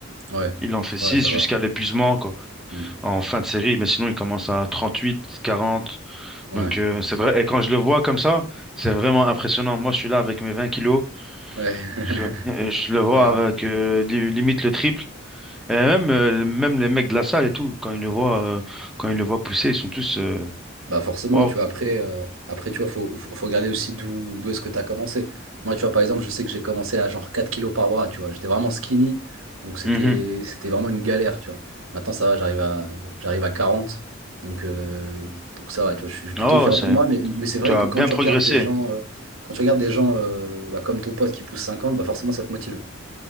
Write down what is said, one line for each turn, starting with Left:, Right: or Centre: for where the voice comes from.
Right: Ouais,
Centre: Il en fait
Right: ouais,
Centre: 6
Right: ça
Centre: jusqu'à
Right: va.
Centre: l'épuisement quoi.
Right: hmm,
Centre: En fin de série. Mais sinon, il commence à 38, 40.
Right: Ouais,
Centre: Donc, euh, c'est vrai. Et quand je le vois comme ça, c'est vraiment impressionnant. Moi, je suis là avec mes 20 kilos.
Right: ouais. <laughs>
Centre: Je le, euh, je le vois avec
Right: Ouais,
Centre: euh, li- limite le triple. Et même, euh, même les mecs de la salle et tout, quand ils le voient, euh, quand ils le voient pousser, ils sont tous euh,
Right: Bah forcément,
Centre: waouh.
Right: tu vois, après, euh, après tu vois, faut, faut, faut regarder aussi d'où d'où est-ce que tu as commencé. Moi, tu vois, par exemple, je sais que j'ai commencé à genre 4 kilos par bras, tu vois. J'étais vraiment skinny, donc c'était
Centre: Mhm.
Right: c'était vraiment une galère, tu vois. Maintenant, ça va, j'arrive à, j'arrive à quarante donc, euh, donc ça va, tu vois. Je suis plutôt
Centre: Ah
Right: fier
Centre: ouais, ouais, c'est-
Right: de moi, mais, mais c'est vrai
Centre: tu as
Right: que quand
Centre: bien
Right: tu
Centre: progressé.
Right: regardes des gens, euh, quand tu regardes des gens euh, bah, comme ton pote qui pousse cinquante bah forcément, ça te motive.